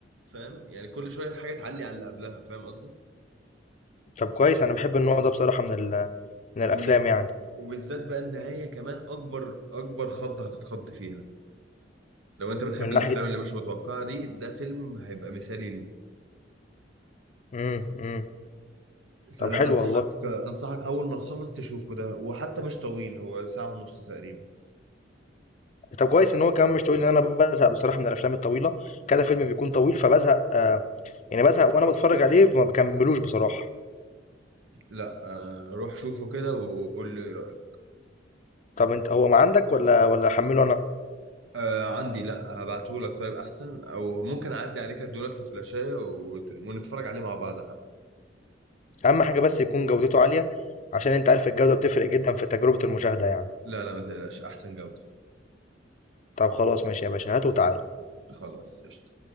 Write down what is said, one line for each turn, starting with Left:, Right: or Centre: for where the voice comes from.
Right: فاهم يعني كل شويه حاجه تعلي على اللي قبلها فاهم قصدي
Left: طب كويس، أنا باحب النوع ده بصراحة من ال من الأفلام
Right: والنها...
Left: يعني،
Right: وبالذات بقى النهايه كمان اكبر اكبر خضه هتتخض فيها لو انت بتحب
Left: من
Right: الافلام
Left: ناحية
Right: اللي مش متوقعه دي ده فيلم هيبقى مثالي
Left: إمم، إمم.
Right: فلا
Left: طب حلو
Right: انصحك
Left: والله.
Right: انصحك اول ما نخلص تشوفه ده وحتى مش طويل هو ساعة ونص تقريبا
Left: طب كويس إن هو كمان مش طويل، لإن أنا بازهق بصراحة من الأفلام الطويلة، كذا فيلم بيكون طويل فبازهق يعني بازهق وأنا باتفرّج عليه فما باكمّلوش بصراحة.
Right: لا آه، روح شوفه كده وقول لي ايه رأيك
Left: طب أنت هو ما عندك والّا والّا أحمّله أنا؟
Right: آه، عندي لا هبعتهولك طيب احسن او ممكن اعدي عليك ادولك في فلاشاية وت- ونتفرج عليه مع بعض حتى
Left: اهم حاجة بس يكون جودته عالية عشان انت عارف الجودة بتفرق جدا في تجربة المشاهدة يعني
Right: لا لا ما تقلقش احسن جودة
Left: طب خلاص ماشي يا باشا هات وتعال
Right: خلاص قشطة